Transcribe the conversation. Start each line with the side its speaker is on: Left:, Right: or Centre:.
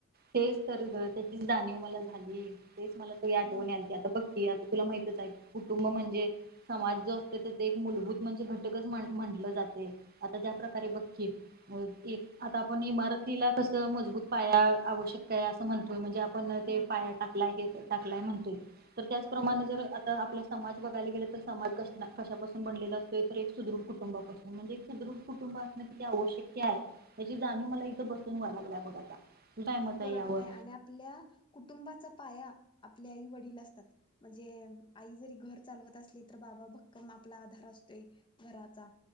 Right: तेच तर गं त्याचीच जाणीव मला झाली. तेच मला सगळी आठवण
Left: हा
Right: यालती, आता बघ की अजू तुला माहितच आहे. कुटुंब म्हणजे समाज जो असतो त्याच एक मूलभूत म्हणजे घटकच म्हण म्हटलं जातंय. आता ज्या प्रकारे बघ की मूळ एक आता आपण इमारतीला कसं मजबूत पाया आवश्यक आहे असं म्हणतोय म्हणजे आप पण ते
Left: हा
Right: पाया टाकलाय हे तर टाकलाय म्हणतोय? तर त्याचप्रमाण,
Left: होय
Right: जर आता आपल समाज बघायला गेलं तर, समाज कसला कशापासन बनलेला असतोय, तर एक सुदृढ कुटुंबापासून म्हणजे सुदृढ कुटुंब असण किती आवशक्य हाय? याची जाणीव मला इथं बसून व्हाय लागलीया, बघ आता काय मत आहे
Left: बरोबर
Right: यावर
Left: नाही आणि आपल्या कुटुंबाचा पाया आपले आई वडील असतात, म्हणजे अ आई जरी घर चालवत असली तर, बाबा भक्कम आपला आधार असतोय, घराचा